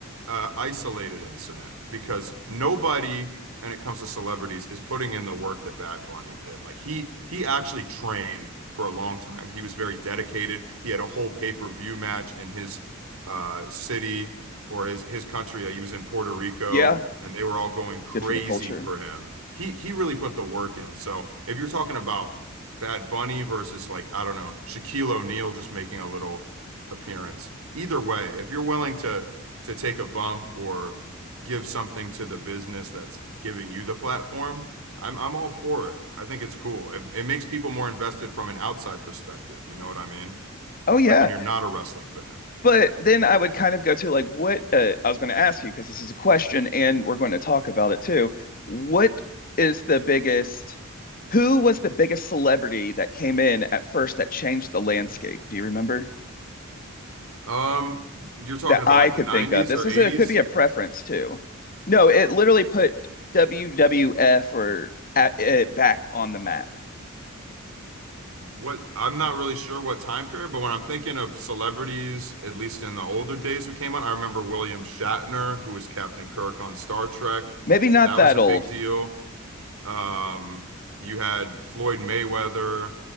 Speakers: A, on the right; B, on the left.
A: uh, isolated incident because nobody, when it comes to celebrities, is putting in the work that Bad Bunny did. Like he he actually trained for a long time. He was very dedicated. He had a whole pay-per-view match in his uh, city or his his country. Uh, He was in Puerto Rico,
B: Yeah.
A: and they were all going crazy
B: Good for the culture.
A: for him. He he really put the work in. So if you're talking about Bad Bunny versus like, I don't know, Shaquille O'Neal just making a little appearance. Either way, if you're willing to to take a bump or give something to the business that's giving you the platform, I'm I'm all for it. I think it's cool. It, it makes people more invested from an outside perspective. You know what I mean?
B: Oh yeah.
A: Like when you're not a wrestling fan.
B: But then I would kind of go to like what uh, I was going to ask you because this is a question and we're going to talk about it too. What is the biggest, who was the biggest celebrity that came in at first that changed the landscape? Do you remember?
A: Um, you're talking
B: That
A: about
B: I
A: like
B: could
A: the 90s
B: think of. This
A: or
B: is
A: 80s?
B: a, it could be a preference too. No, it literally put WWF or at, uh, back on the map.
A: what I'm not really sure what time period, but when I'm thinking of celebrities, at least in the older days who came on, I remember William Shatner, who was Captain Kirk on Star Trek.
B: Maybe not
A: That
B: that
A: was a
B: old.
A: big deal. Um, you had Floyd Mayweather